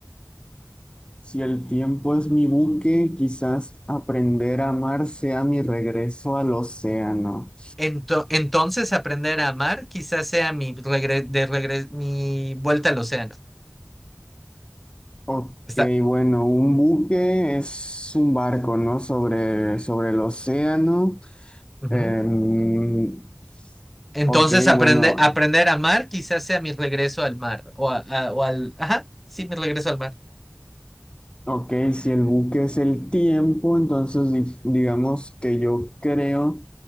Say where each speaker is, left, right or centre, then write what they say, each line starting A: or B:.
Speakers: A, on the left; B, in the centre.
A: Si el tiempo es mi buque, quizás aprender a amar sea mi regreso al océano.
B: Ento- entonces aprender a amar quizás sea mi, regre- de regre- mi vuelta al océano.
A: Ok,
B: Está.
A: bueno, un buque es un barco, ¿no? Sobre, sobre el océano.
B: ujú.
A: Em,
B: Entonces
A: ok,
B: aprende-
A: bueno,
B: aprender a amar quizás sea mi regreso al mar o, a- a- o al... Ajá, sí, mi regreso al mar.
A: ok, si el buque es el tiempo, entonces di- digamos que yo creo